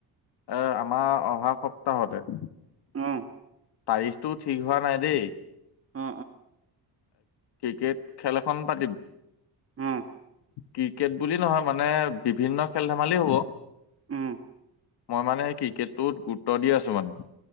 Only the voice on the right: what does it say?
অ
অ অ
অ
উম